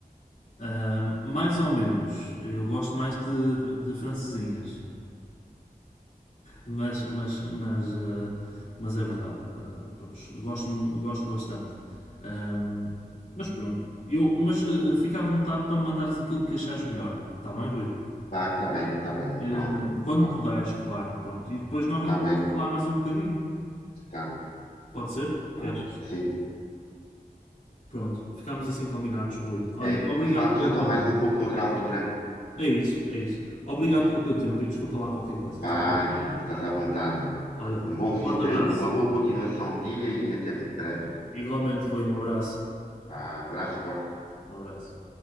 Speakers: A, on the left; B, on the left.
A: Ahm, mais ou menos. Eu gosto mais de, de francesinhas. Mas, mas, mas, ah, mas é verdade. Ah, pronto, gosto, gosto bastante. Ahm, mas pronto. Eu, mas ah, ah, fica à vontade para me mandares aquilo que achares melhor. Está bem, Rui?
B: tá tá bem, tá bem,
A: Ahm,
B: pronto.
A: quando
B: Vá,
A: puderes, claro. Pronto. E depois nós
B: tá
A: voltamos
B: bem,
A: a falar mais um bocadinho.
B: tá,
A: Pode ser? O
B: pronto,
A: que achas?
B: sim.
A: Pronto. Ficamos assim combinados, Rui. Olha,
B: É,
A: obrigado
B: falamos
A: pelo
B: então
A: teu
B: mais
A: tempo.
B: um pouco noutra altura.
A: É isso, é isso. Obrigado
B: É.
A: pelo teu tempo e desculpa lá qualquer coisa,
B: Vá,
A: está bem?
B: Henrique, estás à vontade.
A: Olha,
B: Um bom
A: um
B: fim
A: forte
B: de,
A: abraço.
B: uma boa continuação de dia e até muito breve.
A: Igualmente, Rui, um abraço.
B: Vá, abraço forte.
A: Um abraço.